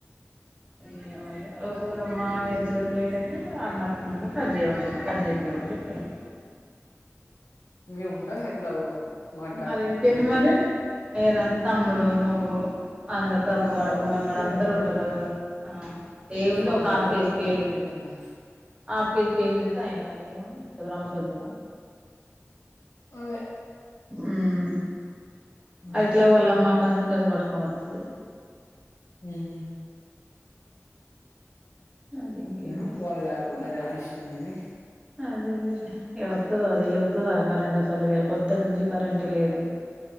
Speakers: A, on the right (about 20°); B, on the left (about 85°).
A: అయ్యమయ ఒకవేళ మావయ వచ్చేవరకు లేట్ అయితే అత్తమ్మనన్న కట్ జేయమని చెప్ కట్ జేపీయమని చెప్తడేమో.
B: మేము ఉంటాంగా ఎట్లాగో. మాకు డ
A: మరి ఇంకేంది మరీ <unintelligible> తమ్ముడు నువ్వూ. అందరు తప్పుగాడు
B: మాకు డబ్బులు
A: బూమగాడు
B: ఇత్తే
A: అందరు ఉంటరు గదరా. ఆ ఏం ఉంది
B: మాకు
A: ఒక
B: డబ్బులు
A: హాఫ్ కేజీ
B: కొడితే
A: కేకు
B: మేమే చేత్తంగా
A: ఆఫ్ కేజీ కేక్ తెత్తే అయిపాయే ఏం ఉంది. పెద్ద భ్రమ్మ సోధ్యమా.
B: అదే
A: హ్మా అ
B: ఉహు
A: ఎట్లాగు వాళ్ళమ్మ అక్కడ నుంచెలి డ్రెస్ పట్టుకొని వత్తదీ.
B: ఊఊ
A: అది ఇంకేం
B: నేను
A: కాదు.
B: వాళ్ళడాడి వాళ్ళ డాడి ఇష్ ష్టం గానీ.
A: అదేలేండి ఇయాలొత్తదా అది ఇయాలొత్తదారా కరెంట్ అసలు ఇగ పొద్దటి నుంచి కరెంటే లేదు.